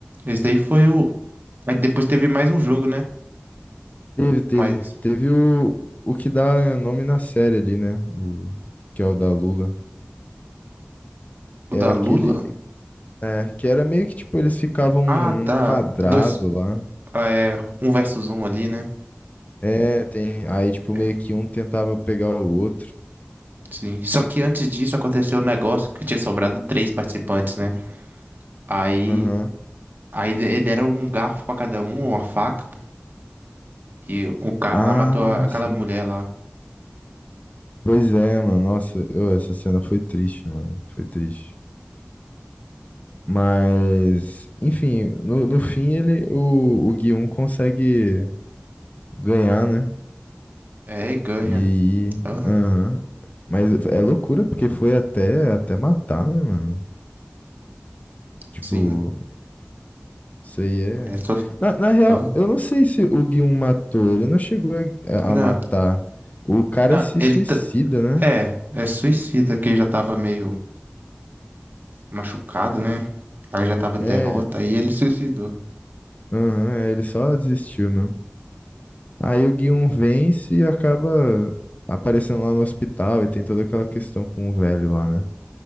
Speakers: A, on the right; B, on the left.
A: Esse daí foi o. Aí depois teve mais um jogo, né?
B: Teve, teve,
A: O mais.
B: teve o, o que dá nome na série ali, né, o, que é o da Lula.
A: O
B: É
A: da
B: aquele
A: Lula?
B: É, que era meio que, tipo, eles ficavam
A: Ah,
B: num
A: tá.
B: quadrado
A: Dois.
B: lá.
A: ah, é. Um versus um ali, né?
B: É, tem. Aí, tipo,
A: é.
B: meio que um tentava pegar o outro.
A: Sim. Só que antes disso aconteceu um negócio que tinha sobrado três participantes, né? Aí,
B: Aham.
A: aí de- deram um garfo pra cada um, uma faca, e o cara
B: Ah,
A: lá matou a- aquela
B: sim.
A: mulher lá.
B: Pois é, mano. Nossa, eu, essa cena foi triste, mano. Foi triste. Mas, enfim, no, no fim ele, o, o Gui um consegue ganhar, né?
A: É, e ganha.
B: E aí.
A: Aham,
B: Aham. Mas é loucura, porque foi até, até matar, né, mano? Tipo,
A: sim.
B: Isso aí é.
A: É, só...
B: Na, na real,
A: Hã?
B: eu não sei se o Guion matou. Ele não chegou a,
A: Não,
B: a matar. O cara
A: não,
B: se
A: ele
B: suicida,
A: tá-
B: né?
A: é, é suicida, que ele já tava meio machucado, né? Aí já tava em
B: É,
A: derrota,
B: ele,
A: aí ele suicidou.
B: Aham, é, ele só desistiu mano Aí o Guion vence e acaba aparecendo lá no hospital e tem toda aquela questão com o velho lá, né?